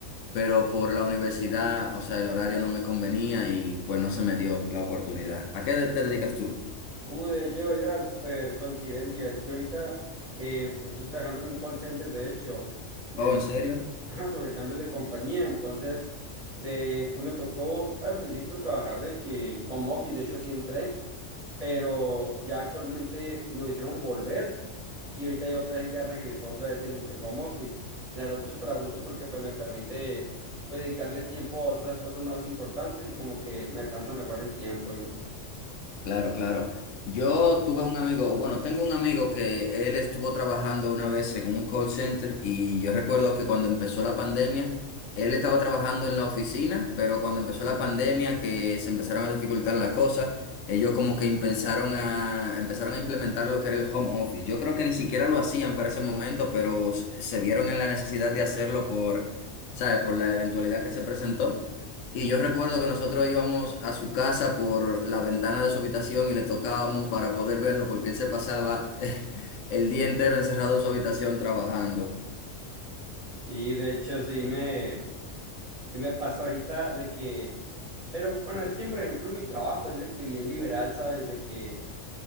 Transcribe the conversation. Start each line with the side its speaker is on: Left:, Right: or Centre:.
Left: pero por la universidad, o sea, el horario no me convenía y pues no se me dio la oportunidad. ¿A qué te dedicas tú?
Right: Uh, de hecho, era súper coincidencia. Yo ahorita eh, estoy trabajando en un call center, de hecho, de
Left: Oh,
Right: sobre,
Left: ¿en serio?
Right: ajá, sobre cambios de compañía. Entonces, de, pues me tocó al principio trabajar de que home office, de hecho así entré. pero ya actualmente nos hicieron volver y ahorita ya otra vez ya regresó otra vez el, el home office. La verdad, súper a gusto porque pues me permite pues dedicarle tiempo a otras cosas más importantes y como que me alcanza mejor el tiempo y así.
Left: Claro, claro. Yo tuve un amigo, o bueno, tengo un amigo que él estuvo trabajando una vez en un call center y yo recuerdo que cuando empezó la pandemia, él estaba trabajando en la oficina, pero cuando empezó la pandemia que se empezaron a dificultar las cosas, ellos como que empezaron a, empezaron a implementar lo que era el home office. Yo creo que ni siquiera lo hacían para ese momento, pero s- se vieron en la necesidad de hacerlo por, ¿sabes? Por la eventualidad que se presentó. Y yo recuerdo que nosotros íbamos a su casa por la ventana de su habitación y le tocábamos para poder verlo porque él se pasaba <laughs> el día entero encerrado en su habitación trabajando.
Right: Y de hecho sí me, sí me <laughs> pasa ahorita de que, pero bueno, es que por ejemplo mi trabajo es de que bien liberal, ¿sabes? De que